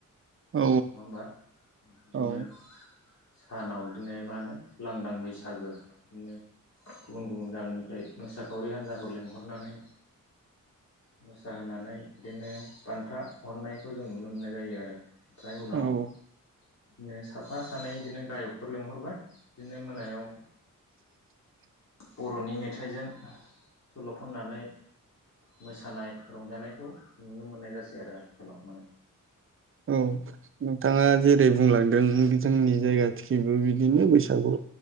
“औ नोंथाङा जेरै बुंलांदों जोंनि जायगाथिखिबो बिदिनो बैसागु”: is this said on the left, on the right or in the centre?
Right